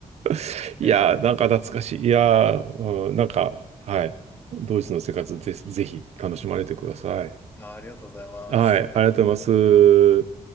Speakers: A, on the right; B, on the left.
A: <laughs> いやー、
B: へえ。
A: なんか懐かしい。いやー、うん、なんか、はい。ドイツの生活ぜ、ぜひ楽しまれてください。
B: まあありがとうございます。
A: はい、ありがとうございます。